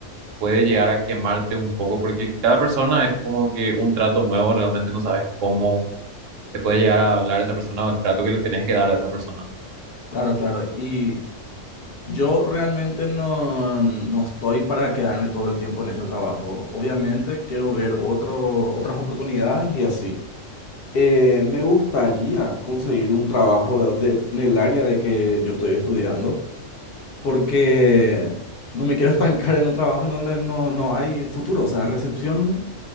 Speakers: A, on the right (about 80°); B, on the left (about 55°).
A: puede llegar a quemarte un poco porque cada persona es como que un trato nuevo, realmente no sabes cómo te puede llegar a hablar esa persona o el trato que le tenés que dar a esa persona.
B: Claro, claro. Y yo realmente no, no estoy para quedarme todo el tiempo en ese trabajo. Obviamente quiero ver otro, otras oportunidades y así. Eh, me gustaría conseguir un trabajo de- en el área de que yo estoy estudiando, porque no me quiero <laughs> estancar en un trabajo en donde no, no hay futuro. O sea, recepción